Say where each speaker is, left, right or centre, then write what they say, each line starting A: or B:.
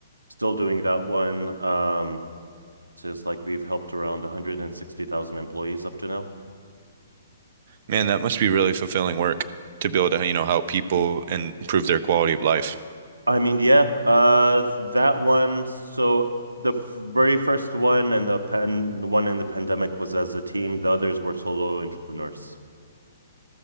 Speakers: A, on the right; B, on the right.
A: still doing that one. Um just like we've helped around 160,000 employees up to now.
B: Man, that must be really fulfilling work to be able to, you know, help people and improve their quality of life.
A: I mean, yeah, uh that one so the f- very first one and the pan the one in the pandemic was as a team. The others were solo entrepreneurs.